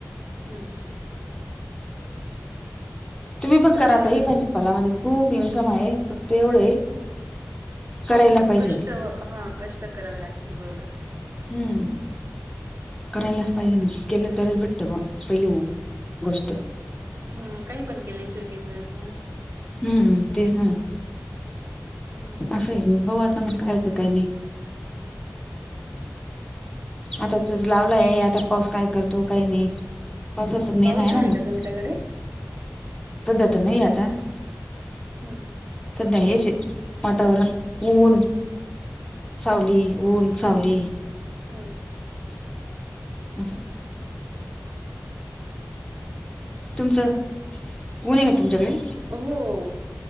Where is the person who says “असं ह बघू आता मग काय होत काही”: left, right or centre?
Left